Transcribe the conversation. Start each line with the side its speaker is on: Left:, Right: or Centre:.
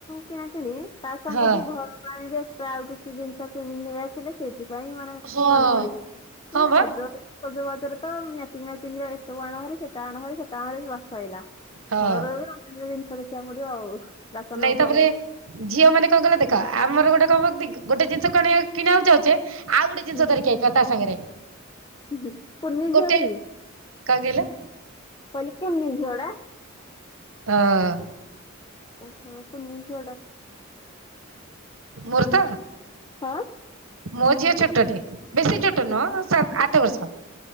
Left: କିଣାକିଣି ତା ସାଙ୍ଗକୁ
Right: ହଁ।
Left: ଘର ପାଇଁ ଏକ୍ସଷ୍ଟ୍ରା ଆଉ କିଛି ଜିନିଷ କିଣି ନେଇ ଆସିଲେ। ସେଇଥିପାଇଁ ମାନେ
Right: ହଁ
Left: ମନେ ପଡିଚି
Right: ହଁ
Left: <unintelligible>
Right: ବା
Left: ରଜ ସଜବାଜରେ ତ ମ୍ୟାଚିଙ୍ଗ ମ୍ୟାଚିଙ୍ଗର ଏସବୁ ଆଣହାରି ସେଟା ଆଣହାରି ସେଟା ଆଣିଲେ ବାସ୍ ସଇଲା।
Right: ହଁ
Left: ଘରରେ ରହି ରୋଷେଇ ଜିନିଷ ଦେଖିବାକୁ ପଡିବ ଆଉ। ରାସନ
Right: ନାଇଁ
Left: ଉପରେ
Right: ତାପରେ ଝିଅ ମାନେ କଣ କହିଲ ଦେଖ ଆମର ଗୋଟେ କଣ କରନ୍ତି ଗୋଟେ ଜିନିଷ <unintelligible> କିଣିବାକୁ ଯାଉଚେ ଆଉ ଗୋଟେ ଜିନିଷ
Left: ହୁଁ
Right: ଧରିକି ଆଇଥିବା ତା ସାଙ୍ଗରେ
Left: ହୁଁ। କୁନି ଝିଅଟା
Right: ଗୋଟେ
Left: କି
Right: କଣ କହିଲ?
Left: କହିଲି କୁନି ଝିଅଟା।
Right: ହଁ।
Left: ଓହୋ କୁନି ଝିଅଟା।
Right: ମୋର ତ?
Left: ହଁ।
Right: ମୋ ଝିଅ ଛୋଟଟେ ବେଶୀ ଛୋଟ ନୁହଁ ସାତ୍, ଆଠ ବର୍ଷ।